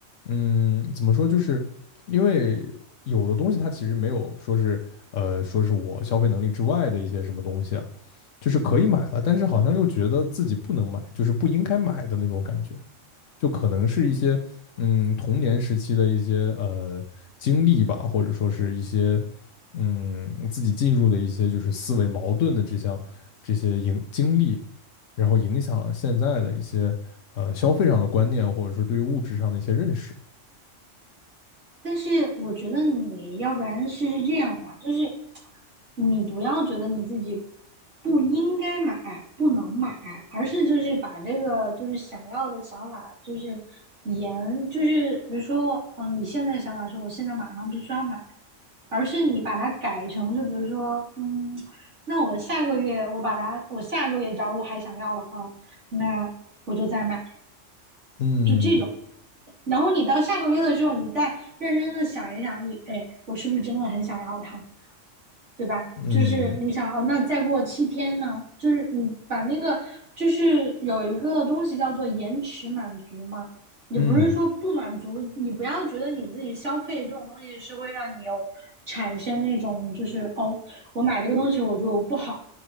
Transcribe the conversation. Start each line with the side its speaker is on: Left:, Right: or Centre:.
Left: 嗯，怎么说，就是因为有的东西它其实没有说是呃说是我消费能力之外的一些什么东西啊，就是可以买了，但是好像又觉得自己不能买，就是不应该买的那种感觉。就可能是一些嗯童年时期的一些呃经历吧，或者说是一些嗯自己进入的一些就是思维矛盾的这项这些影经历，然后影响了现在的一些呃消费上的观念，或者说对于物质上的一些认识。
Right: 但是我觉得你要不然试试这样吧，就是你不要觉得你自己不应该买、不能买，而是就是把这个就是想要的想法，就是延，就是比如说，嗯，呃你现在想法是我现在马上必须要买，而是你把它改成就比如说，嗯，那我下个月我把它我下个月假如还想要的话，那我就再买，
Left: 嗯
Right: 就这种。然后你到下个月的时候，你再认真的想一想，你哎，我是不是真的很想要它，对吧？
Left: 嗯
Right: 就是你想哦，那再过七天呢？就是你把那个，就是有一个东西叫做延迟满足嘛，也不是说不满足，
Left: 嗯
Right: 你不要觉得你自己消费这种东西是会让你有产生那种就是哦，我买这个东西我就不好，